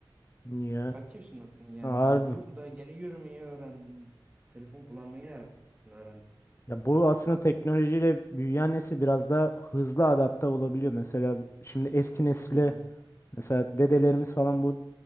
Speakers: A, on the left; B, on the right.
A: Ya
B: kaç yaşındasın yani?
A: harbi.
B: Daha dur da yeni yürümeyi öğrendin. Telefon kullanmayı nereden öğrendin?
A: Ya bu aslında teknolojiyle büyüyen nesil biraz da hızlı adapte olabiliyor. Mesela şimdi eski nesile
B: Hı hı.
A: mesela dedelerimiz falan bu